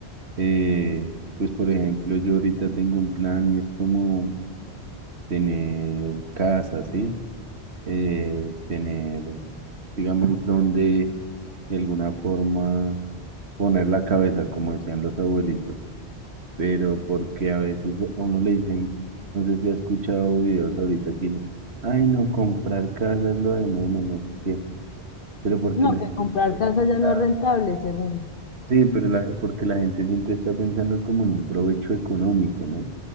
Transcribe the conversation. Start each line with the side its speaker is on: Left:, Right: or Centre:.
Right: eh, pues por ejemplo, yo ahorita tengo un plan y es como tener casa, ¿sí? Eh, tener, digamos, donde de alguna forma poner la cabeza, como decían los abuelitos, pero porque a veces a uno le dicen, no sé si ha escuchado videos ahorita que dicen, ay, no, comprar casa es lo de menos, no sé qué, pero porque
Left: No,
Right: la
Left: que
Right: gente
Left: comprar
Right: siempre
Left: casa
Right: está
Left: ya no es rentable, según.
Right: Sí, pero la, porque la gente siempre está pensando como en un provecho económico, ¿no? O